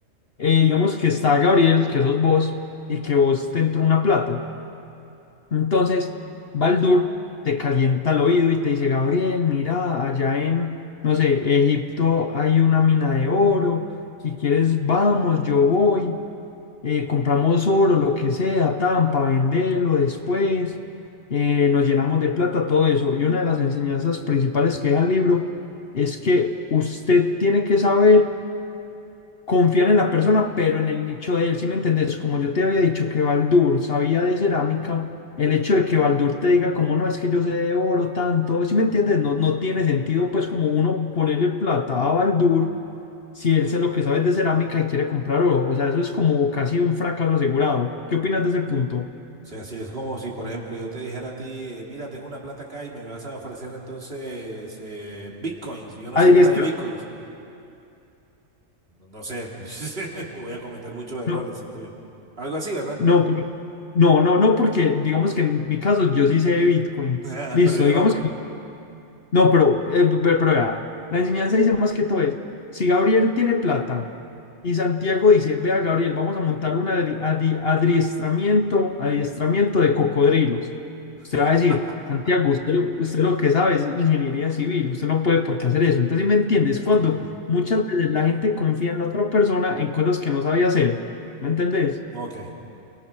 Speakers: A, on the left; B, on the right.
A: eh, digamos que está Gabriel, que sos vos, y que vos te entró una plata. Entonces, Baldur te calienta el oído y te dice, Gabriel, mira, allá en, no sé, Egipto hay una mina de oro, si quieres vamos, yo voy, eh, compramos oro, lo que sea, tan, para venderlo después, eh, nos llenamos de plata, todo eso. Y una de las enseñanzas principales que deja el libro es que usted tiene que saber confiar en la persona, pero en el nicho de él, ¿sí me entendés? Como yo te había dicho que Baldur sabía de cerámica, el hecho de que Baldur te diga como no, es que yo sé de oro tanto, ¿sí me entiendes? No, no tiene sentido pues como uno ponerle plata a Baldur si él sé lo que sabe de cerámica y quiere comprar oro, o sea, eso es como casi un fracaso asegurado. ¿Qué opinas de ese punto?
B: sea, si es como si, por ejemplo, yo te dijera a ti, eh, mira, tengo una plata acá y me vas a ofrecer entonces eh, bitcoins. y Yo no
A: Adri,
B: sé nada
A: es
B: de
A: que-
B: bitcoins. No no sé, pues, <laughs> voy a cometer muchos errores,
A: no,
B: siento yo. Algo así, ¿verdad?
A: no, pero- no, no, no, porque digamos que en mi caso yo sí sé de Bitcoin.
B: <laughs>
A: Listo,
B: Pero yo
A: digamos
B: no.
A: que... No, pero, eh, pe- pero, vea, la enseñanza dice más que todo es, si Gabriel tiene plata y Santiago dice, vea Gabriel, vamos a montar un adri- adi- adiestramiento, adiestramiento de cocodrilos. Usted
B: <laughs>
A: va a decir, Santiago, usted lo, usted lo que sabe es ingeniería civil, usted no puede por qué hacer eso. Entonces, ¿sí ¿me entiendes? Cuando
B: Ujú,
A: muchas veces la gente confía en la otra persona en cosas que no sabía hacer, ¿me entendés?
B: Ok,